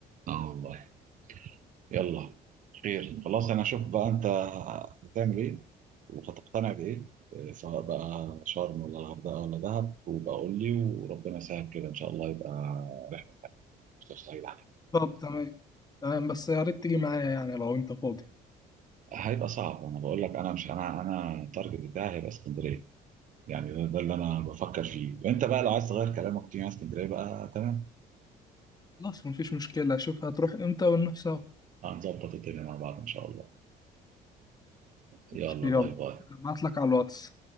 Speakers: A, on the right; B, on the left.
A: اه والله يلا خير خلاص انا اشوف بقى انت هتعمل ايه وهتقتنع بايه آه، سواء بقى شرم ولا الغردقه ولا دهب وبقى قول لي وربنا يسهل كده ان شاء الله يبقى رحله مصيف سعيده عليك.
B: طب تمام تمام بس يا ريت تيجي معايا يعني لو انت فاضي
A: هيبقى صعب انا بقول لك انا مش انا انا التارجت بتاعي هيبقى اسكندريه يعني ده, ده اللي انا بفكر فيه وانت بقى لو عايز تغير كلامك تيجي على اسكندريه بقى تمام
B: خلاص مفيش مشكلة اشوف هتروح امتى ونروح سوا
A: هنظبط الدنيا مع بعض إن شاء الله يلا
B: ماشي، يلا
A: باي باي
B: ابعت لك على الواتس